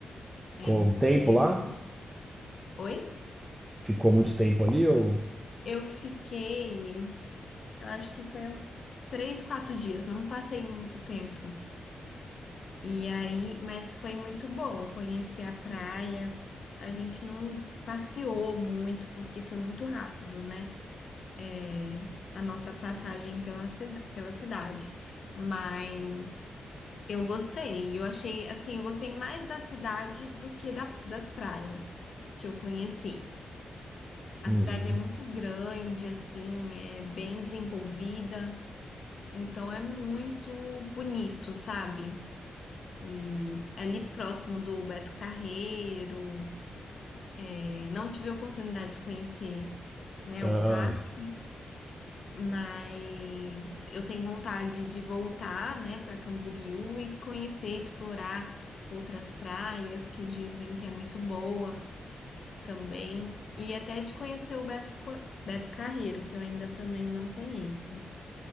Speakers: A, on the right; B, on the left.
A: Ficou
B: É,
A: um
B: Camboriú.
A: tempo lá?
B: Oi?
A: Ficou muito tempo ali ou?
B: Eu fiquei. Eu acho que foi uns três, quatro dias, não passei muito tempo. E aí, mas foi muito bom conhecer a praia. A gente não passeou muito porque foi muito rápido, né? É, a nossa passagem pela, cida- pela cidade. Mas eu gostei. Eu achei, assim, eu gostei mais da cidade do que da- das praias que eu conheci. A
A: Uhum.
B: cidade é muito grande, assim, é bem desenvolvida. Então é muito bonito, sabe? E é ali próximo do Beto Carreiro. É, Não tive a oportunidade de conhecer, né,
A: Ah,
B: o parque, mas eu tenho vontade de voltar, né, para Camboriú e conhecer, explorar outras praias que dizem que é muito boa também. E até de conhecer o Beto, Co- Beto Carreiro, que eu ainda também não conheço.